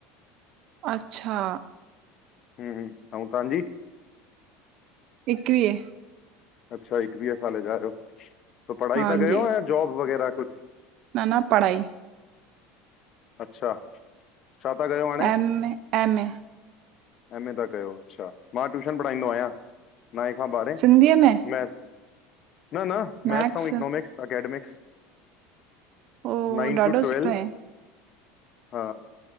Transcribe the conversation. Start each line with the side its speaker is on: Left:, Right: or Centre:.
Right: अच्छा।
Left: हम्म, अऊं तांजी?
Right: एकवीह।
Left: अच्छा, एकवीह साले जा आहियो, त पढ़ाई
Right: हां
Left: ता कयो
Right: जी,
Left: या जॉब वग़ैरह कुछु?
Right: न न पढ़ाई।
Left: अच्छा। छा पया कयो? हाणे?
Right: M, M A.
Left: M A ता कयो अच्छा, मां ट्यूशन पढ़ाईंदो आहियां। नांहें खां ॿारहें,
Right: सिंधीअ में,
Left: मैथ्स, न न।
Right: मैक्स,
Left: मैथ्स अऊं इकनॉमिक्स अकेडमिक्स।
Right: ओ
Left: नाइन
Right: ॾाढो
Left: टू ट्वेल्,
Right: सुठो आहे।
Left: हा।